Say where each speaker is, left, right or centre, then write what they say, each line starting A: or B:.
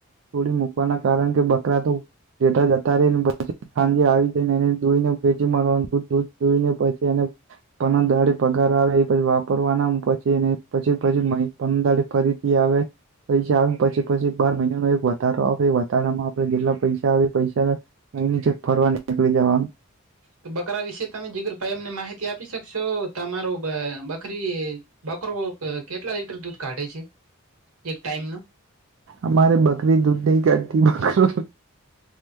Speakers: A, on the right (about 60°); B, on the right (about 80°).
A: થોડી મૂકવાના કારણ કે બકરા તો જેેઠા જતા રહી ને પછી સાંજે આવી જઈને એને દોઈને વેચી મારવાનું દુધ ધોઈને પછી એને પન દાડી પગાર આવે એ પછી વાપ રવાના પછી એને પછી પછી પંદળ ફરીથી આવે પૈસા આવે પછી પછી બાર મહિનાનો એક વધારો આવે વધારામાં આપણે જેટલા પૈસા આવે પૈસા અહીની જે ફરવાની નીકળી જવાનું
B: તો બકરા વિશે તમે જીગરભાઈ એમને માહિતી આપી શકશો તમારો બકરી બકરો કેટલા લીટર દૂધ કાઢે છે એક ટાઈમ નો
A: અમારે બકરી દૂધ નહી કાઢતી બકરો